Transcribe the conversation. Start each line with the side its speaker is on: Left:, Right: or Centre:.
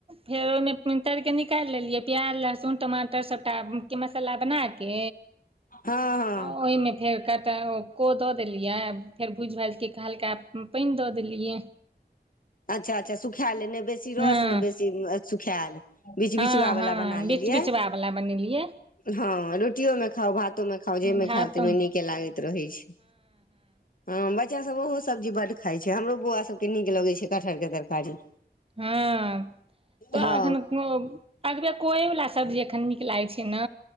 Right: फेर ओहिमे तैर के निकालि लेलियै प्याज लहसुन टमाटर सब। टा के मसाला बनाके
Left: हँ हँ
Right: आ ओहिमे फेर कट को दऽ देलियाय फेर बुझ भाएज के हलका पैन दऽ देलियै।
Left: अच्छा अच्छा सुखा ले ने बेसी रस
Right: हँ
Left: ने बेसी। सुखाएल बिछ
Right: हँ
Left: बिछवा वाला
Right: हँ
Left: बना
Right: बीच
Left: लेलियै।
Right: बिचवा वला बनेलियै
Left: हँ रोटियो मे खाउ भात। तो मे खाव जै मे
Right: भात
Left: खाएब तैमे नीके लागैत रहै छैय। हँ बच्चा सब ओहो सब्जी बड खाइ छैय। हमरो बौआ सबके नीक लगै छै कटहरके तरकारी।
Right: हँ तऽ
Left: हँ
Right: एखन <unintelligible> अगबे कोऐ वला सब्जी एखन नीक लागै छै न